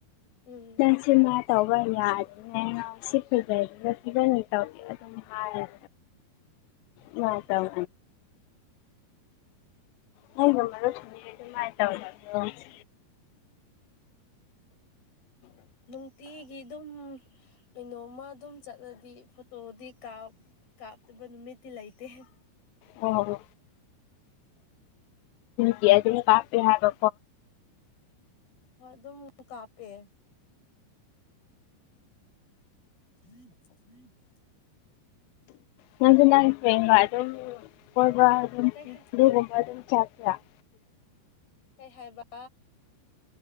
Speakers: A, on the left; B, on the left.
A: ꯎꯝ
B: ꯅꯪꯁꯤꯃ ꯇꯧꯕ ꯌꯥꯗ ꯅ ꯁꯤꯄꯗ ꯐ ꯇꯧ ꯑꯗꯨꯝ ꯍꯥ ꯆ ꯉ ꯇꯧ ꯍ ꯅ ꯑꯗꯨꯣ ꯑꯗꯨꯃ ꯍꯥꯏ ꯇ ꯑꯣꯏꯗꯣ
A: ꯅꯨꯡꯇꯤꯒꯤ ꯑꯗꯨꯝ ꯀꯩꯅꯣꯝꯃ ꯑꯗꯨꯝ ꯆꯠꯂꯗꯤ ꯐꯣꯇꯣꯗꯤ ꯀꯥꯞ ꯀꯥꯞꯇꯅ ꯃꯦꯇꯤ ꯂꯩꯥꯏꯇ
B: ꯑꯣ ꯗꯤ ꯑꯗꯨ ꯀꯄꯦ ꯍꯥꯏꯒ
A: ꯑꯗꯨꯣꯡ ꯀꯄꯦ ꯍꯝ ꯎꯝ
B: ꯅꯪꯁ ꯅꯪ ꯐꯦꯟꯕ ꯑꯗꯨꯝ ꯀꯕ ꯑꯗꯨꯝ
A: ꯀꯩ
B: ꯆ
A: ꯍꯥꯏ
B: ꯨꯒꯨꯝꯕ ꯑꯗꯨꯝ ꯆꯥꯄ꯭ꯔ ꯍ
A: ꯀꯩ ꯍꯥꯏꯕ